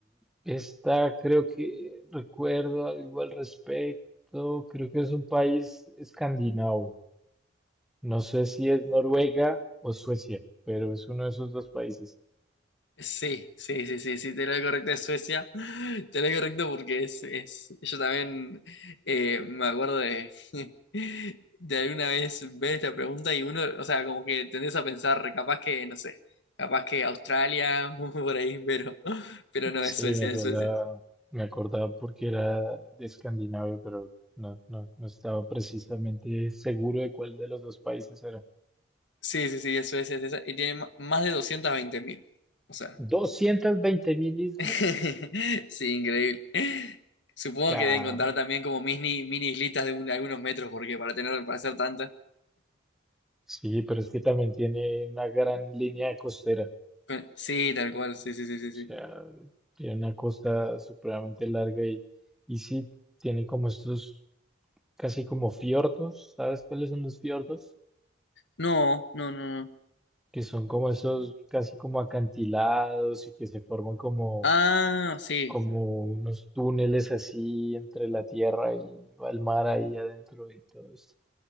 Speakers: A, in the centre; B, on the left.
A: esta creo que recuerdo algo al respecto. Creo que es un país escandinavo. No sé si es Noruega o Suecia, pero es uno de esos dos países.
B: Sí, sí, sí, sí, sí, tenés lo correcto de Suecia, <laughs> tenés lo correcto porque es, es, yo también eh, me acuerdo de, <laughs> de alguna vez ver esta pregunta y uno, o sea, como que tendés a pensar, capaz que, no sé, capaz que Australia, <laughs> por ahí, pero, pero no,
A: Sí,
B: es Suecia,
A: me acordaba,
B: es Suecia.
A: me acordaba porque era de Escandinavia, pero no, no, no estaba precisamente seguro de cuál de los dos países era.
B: Sí, sí, sí, es Suecia, es esa, y tiene ma- más de doscientos veinte mil, o sea,
A: doscientas veinte mil islas,
B: <laughs> sí, increíble. Supongo
A: caramba.
B: que deben contar también como mini, mini islitas de, un- algunos metros, porque para tener, para hacer tantas.
A: Sí, pero es que también tiene una gran línea costera,
B: Con- Sí, tal cual, sí, sí, sí, sí,
A: o
B: sí.
A: sea, tiene una costa supremamente larga y, y sí, tiene como estos casi como fiordos, ¿sabes cuáles son los fiordos?
B: No, no, no, no.
A: Que son como esos casi como acantilados y que se forman como
B: Ah, sí,
A: como unos túneles así entre la tierra y el mar ahí adentro y todo esto.